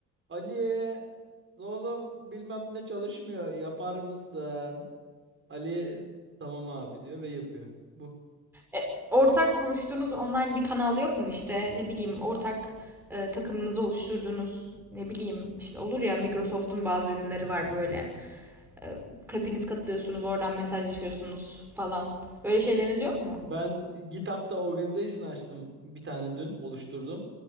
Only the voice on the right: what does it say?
Ali'ye oğlum bilmem ne çalışmıyor yapar mısın? Ali tamam abi diyor ve yapıyor. Bu.
Ben GitHub'da organization açtım bir tane dün oluşturdum.